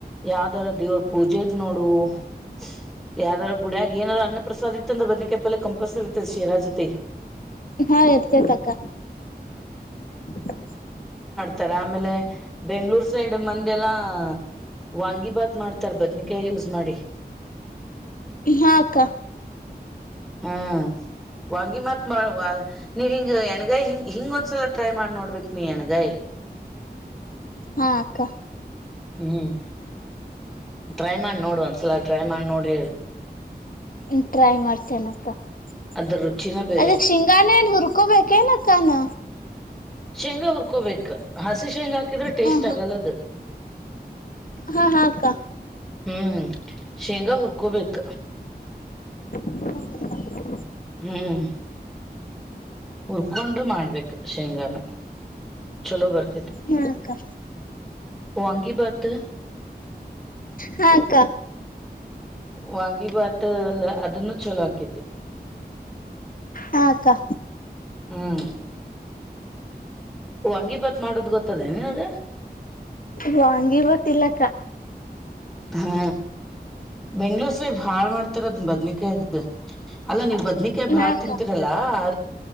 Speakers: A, in the centre; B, on the left (about 55°).
A: ಯಾವ್ದಾರ ದೇರ್ವ್ ಪೂಜೆ ನೋಡು <unintelligible> ಯಾರಾರ ಗುಡ್ಯಾಗ್ ಏನರ ಅನ್ನ ಪ್ರಸಾದ ಇತ್ತ ಅಂದ್ರೆ ಬದ್ನಿಕಾಯ್ ಪಲ್ಯ ಕಂಪಲ್ಸರಿ ಇರ್ತದ್ ಜೀರಾ ಜತಿ
B: ಹಾ ಇರ್ತೀತಕ್ಕ <unintelligible>
A: ತರ ಆಮೇಲೆ ಬೆಂಗ್ಳೂರ್ ಸೈಡ್ ಮಂದೆಲ್ಲಾ <unintelligible> ವಾಂಗಿಭಾತ್ ಮಾಡ್ತಾರ ಬದ್ನಕಾಯಿ ಯೂಸ್ ಮಾಡಿ.
B: ಹ ಅಕ
A: ಹ ವಾಂಗಿ ಬಾತ್ ನೀವ್ ಹಿಂಗ ಎಣಗಾಯಿ ಹಿಂಗ್ ಹಿಂಗೊಂದ್ಸಲ ಟ್ರೈ ಮಾಡಿ ನೋಡ್ಬೇಕಕ್ ನೀ ಎಣಗಾಯಿ.
B: ಹಾ ಅಕ್ಕ
A: ಹ್ಮ್ ಟ್ರೈ ಮಾಡಿ ನೋಡ್ ಒಂದ್ಸಲ ಟ್ರೈ ಮಾಡ್ ನೋಡ್ ಹೇಳ್
B: ಇನ್ ಟ್ರೈ ಮಾಡ್ತೇನಕ್ಕ. <unintelligible>
A: ಅದ್ರ ರುಚಿನ ಬೇರೆ
B: ಅದಕ್ ಶಿಂಗಾನ ಏನ್ ಹುರ್ಕೊಬೇಕೇನಕ್ಕನ
A: ಶೇಂಗಾ ಹುರ್ಕೋಬೇಕ್ ಹ ಹಸಿ ಶೇಂಗ್ ಹಾಕಿದ್ರೆ ಟೇಸ್ಟ್
B: ಹ ಹ
A: ಆಗಲ್ಲದ <unintelligible>
B: ಹಾ ಹಾ ಅಕ್ಕ
A: ಹ್ಮ್ ಶೇಂಗಾ ಹುರ್ಕೋಬೇಕ
B: ಹು ಅಕ
A: ಹ್ಮ್ ಹುರ್ಕೊಂಡು ಮಾಡ್ಬೇಕು ಶೇಂಗಾನ <unintelligible> ಚಲೋ ಬರ್
B: ಹಾ ಅಕ್ಕಾ.
A: ವಾಂಗಿ ಬಾತು.
B: ಹಾ ಅಕ್ಕ
A: ವಾಂಗಿ ಬಾತು ಅದನ್ನು ಚಲೋ. ಕಿದ್ದ.
B: ಹಾಕ್ಕಾ
A: ಹ್ಮ್ ವಾಂಗಿಬಾತ್ ಮಾಡೋದು ಗೊತ್ತದೆ ನಿನಗ.
B: ವಾಂಗಿಬಾತ್ ಇಲ್ಲಕ.
A: ಹಾ ಬೆಂಗ್ಳೂರ್ ಸೈ ಭಾಳ್ ಮಾಡ್ತಾರದ್ ಬದ್ನಿಕಾಯದ ಅಲ್ಲ ನೀವು ಬದ್ನಿಕ. ಬಾಳ
B: ಹಾ ಅಕ್ಕ
A: ತಿಂತರಲ್ಲಾ ಆ